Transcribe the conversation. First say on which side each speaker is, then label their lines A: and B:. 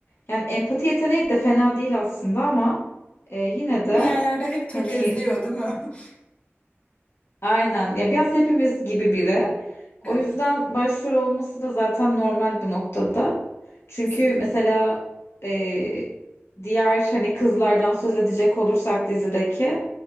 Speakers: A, on the left; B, on the left.
A: yani empati yeteneği de fena değil aslında ama e, yine de
B: Bir yerlerde hep tökezliyor,
A: hani
B: değil mi? <laughs>
A: Aynen. Ya biraz hepimiz gibi biri. O
B: Evet,
A: yüzden başrol olması da zaten normal bu noktada. Çünkü
B: kesinlikle.
A: mesela e, diğer hani kızlardan söz edecek olursak dizideki